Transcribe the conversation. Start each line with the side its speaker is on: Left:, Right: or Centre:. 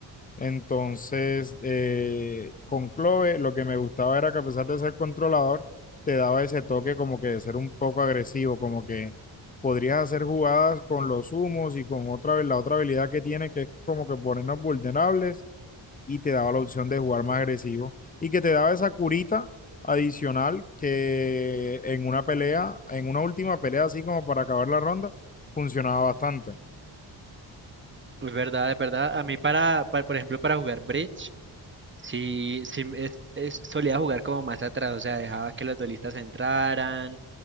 Left: Entonces, eh, con Clove lo que me gustaba era que a pesar de ser controlador, te daba ese toque como que de ser un poco agresivo, como que podrías hacer jugadas con los humos y con otra, la otra habilidad que tiene, que es como que ponernos vulnerables y te daba la opción de jugar más agresivo y que te daba esa curita adicional que en una pelea, en una última pelea, así como para acabar la ronda, funcionaba bastante.
Right: Es verdad, es verdad. A mí para, pa- por ejemplo, para jugar Bridge, sí, sí es- es- solía jugar como más atrás, o sea, dejaba que los duelistas entraran